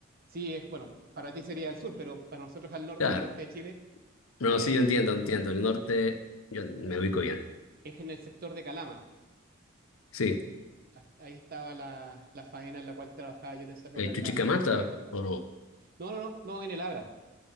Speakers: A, on the right; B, on the left.
A: Sí, es, bueno, para ti sería al sur, pero para nosotros al norte,
B: Claro.
A: al norte de Chile,
B: No,
A: eh,
B: sí, yo entiendo, entiendo. El norte, yo me ubico bien.
A: es en el sector de Calama.
B: Sí.
A: Hasta Ahí estaba la, la faena en la cual trabajaba yo en esa época
B: Eh,
A: en
B: Chuchicamata,
A: la cooperativa de rescate.
B: ¿o no?
A: No, no, no, no, en el Abra.